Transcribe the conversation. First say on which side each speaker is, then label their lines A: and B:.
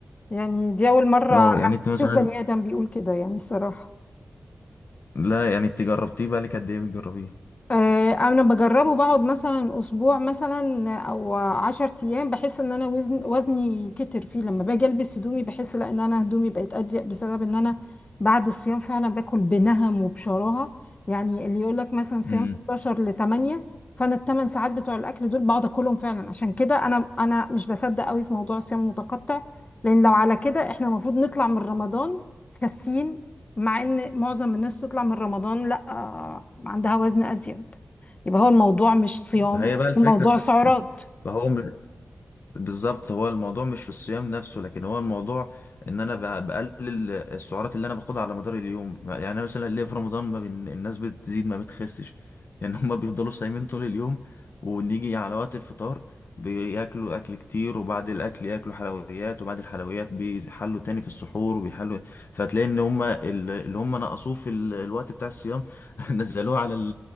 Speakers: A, on the left (about 35°); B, on the left (about 65°).
A: يعني دي أول مرة
B: اه يعني انت مثلا
A: أشوف بني آدم بيقول كده يعني الصراحة
B: لا يعني انت جربتيه بقى لك قد ايه بتجربيه
A: آه، انا بجربه بقعد مثلا اسبوع مثلا او عشر ايام بحس ان انا وزن وزني كتر فيه لما باجي البس هدومي بحس لا ان انا هدومي بقت اضيق بسبب ان انا بعد الصيام فعلا باكل بنهم وبشراهه يعني اللي يقول لك مثلا صيام
B: امم
A: 16 ل 8 فانا الثمان ساعات بتوع الاكل دول بقعد اكلهم فعلا عشان كده انا انا مش بصدق قوي في موضوع الصيام المتقطع لان لو على كده احنا المفروض نطلع من رمضان خاسين مع ان معظم الناس تطلع من رمضان لا آه، عندها وزن ازيد يبقى هو الموضوع مش صيام
B: ما هي بقى الفكرة
A: الموضوع
B: في-
A: سعرات
B: <laughs> فهو م- بالظبط هو الموضوع مش في الصيام نفسه لكن هو الموضوع ان انا ب- بقلل السعرات اللي انا باخدها على مدار اليوم يعني أنا مثلا ليه في رمضان ما بين الناس بتزيد ما بتخسش لان هم بيفضلوا صايمين طول اليوم ونيجي على وقت الفطار بياكلوا اكل كتير وبعد الاكل ياكلوا حلويات وبعد الحلويات بيحلوا تاني في السحور وبيحلوا فتلاقي ان هم ال- اللي هم نقصوه في ال- الوقت بتاع الصيام <laughs> نزلوه على